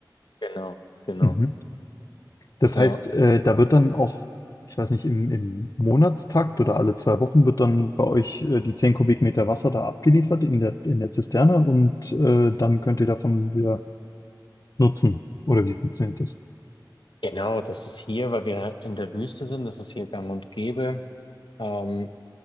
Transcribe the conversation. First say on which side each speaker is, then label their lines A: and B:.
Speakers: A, on the left; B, on the left.
A: Genau, genau.
B: Mhm. Das
A: Ja.
B: heißt, äh, da wird dann auch, ich weiß nicht, im, im Monatstakt oder alle zwei Wochen wird dann bei euch äh, die 10 Kubikmeter Wasser da abgeliefert in der, in der Zisterne und äh, dann könnt ihr davon wieder nutzen. Oder wie funktioniert das?
A: Genau, das ist hier, weil wir in der Wüste sind, das ist hier gang und gäbe. Ähm,